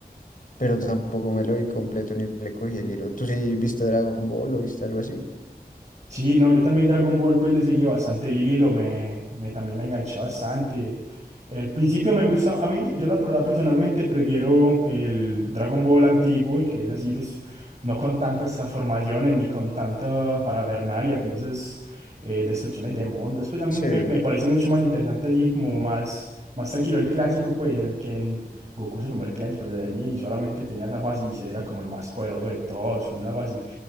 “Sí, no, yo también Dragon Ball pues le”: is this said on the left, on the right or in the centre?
Right